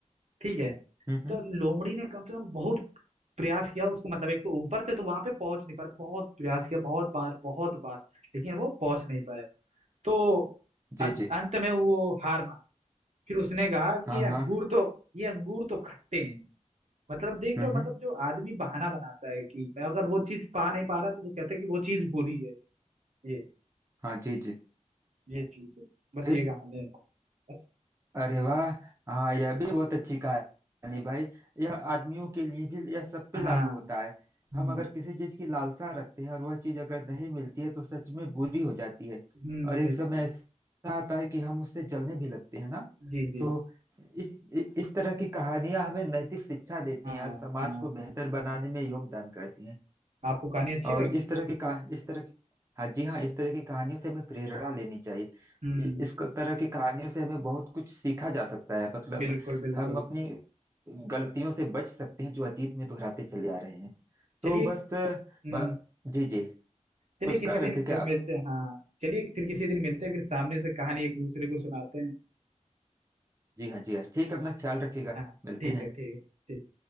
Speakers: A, on the right; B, on the right.
A: ठीक है
B: हम्म
A: तो
B: हम्म
A: लोमड़ी ने कम से कम बहुत प्रयास किया उसको मतलब एक तो ऊपर थे तो वहां पे पहुंच नहीं पाए बहुत प्रयास किया बहुत बार बहुत बार लेकिन वो पहुंच नहीं पाए तो अत-
B: जी जी
A: अंत में वो हार मान फिर उसने कहा कि
B: हाँ
A: ये
B: हाँ
A: अंगूर तो ये अंगूर तो खट्टे हैं मतलब देख
B: हम्म
A: रहे हो
B: हम्म
A: मतलब जो आदमी बहाना बनाता है कि मैं अगर वो चीज पा नहीं पा रहा तो वो कहता है कि वो चीज बुरी है ये
B: हाँ जी जी
A: ये चीज है। बस
B: फिर
A: ये कहानी है बस
B: अरे वाह हाँ यह भी बहुत अच्छी कहानी भाई यह आदमियों के लिए भी यह सब पे
A: हाँ
B: लागू होता है
A: हम्म
B: हम अगर किसी चीज की लालसा रखते हैं और वह चीज अगर नहीं मिलती है तो सच में बुरी हो जाती है
A: हम्म
B: और एक
A: जी
B: समय
A: जी
B: ऐसा आता है कि हम उससे जलने भी लगते हैं ना
A: जी जी
B: तो
A: जी
B: इस इस तरह की कहानियां हमें नैतिक शिक्षा देती
A: हाँ
B: हैं और समाज
A: हाँ
B: को बेहतर बनाने में योगदान करती हैं
A: आपको कहानी अच्छी
B: और
A: लगी
B: इस तरह की कहा इस तरह की हाँ जी हाँ इस तरह की कहानियों से हमें प्रेरणा लेनी चाहिए
A: हम्म
B: इ- इस क- तरह की कहानियों से हमें बहुत कुछ सीखा जा सकता है मतलब
A: बिल्कुल बिल्कुल
B: हम अपनी गलतियों से बच सकते हैं जो अतीत में दोहराते चले आ रहे हैं तो
A: चलिए
B: बस अ,
A: हम्म,
B: बा, जी जी
A: चलिए
B: कुछ
A: किसी
B: कह
A: दिन
B: रहे थे
A: फिर
B: क्या आप
A: मिलते हैं हाँ चलिए फिर किसी दिन मिलते हैं फिर सामने से कहानी एक दूसरे को सुनाते हैं
B: जी हाँ जी हाँ ठीक है अपना ख्याल रखिएगा
A: हाँ
B: मिलते
A: ठीक है
B: हैं
A: ठीक है ठीक।